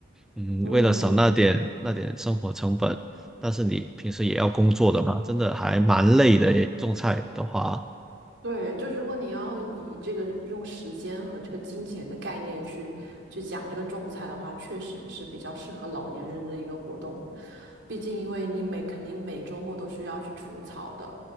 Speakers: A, in the centre; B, on the right.
A: 嗯，
B: 嗯，
A: 为了省那点那点生活成本，但是你平时也要工作的嘛，真的还蛮累的诶种菜的话，
B: 对，就如果你要以这个用时间和这个金钱的概念去去讲这个种菜的话，确实是比较适合老年人的一个活动。毕竟，因为你每肯定每周末都需要去除草的，